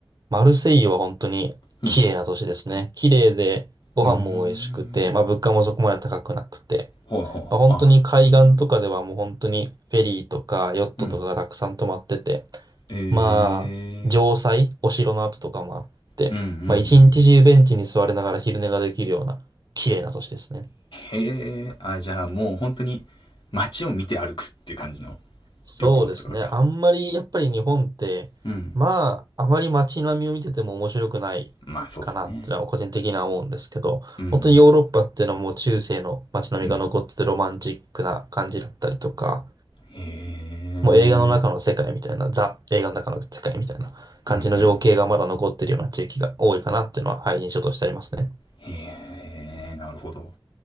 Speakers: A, on the right; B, on the left.
A: マルセイユは本当に綺麗な都市ですね。
B: うん。
A: 綺麗で、ご飯も美味しくて、
B: うーん。
A: まあ物価もそこまで高くなくて、
B: ほいほいほい。
A: まあ本当に海岸とかではもう本当にフェリーとかヨットとかがたくさん泊まってて、
B: あ、それな。うん。え
A: まあ、城塞、お城の跡とかもあって、
B: えーうんうんうん。
A: まあ一日中ベンチに座りながら昼寝ができるような綺麗な都市ですね。
B: へえ。あ、じゃあもう本当に街を見て歩くっていう感じの
A: そうですね。
B: 旅行ってことか。
A: あんまり、やっぱり日本って、
B: うん。
A: まあ、あまり街並みを見てても面白くないかなってのは個人的には思うんですけど、
B: まあそうですね。うんうん。
A: 本当にヨーロッパっていうのはもう中世の街並みが残っててロマンチックな感じだったりとか、
B: うん。へえ。
A: もう映画の中の世界みたいな、ザ映画の中の世界みたいな感じの情景がまだ残ってるような地域が多いかなっていうのは、
B: うんうん。
A: はい、印象としてありますね。
B: へえ、なるほど。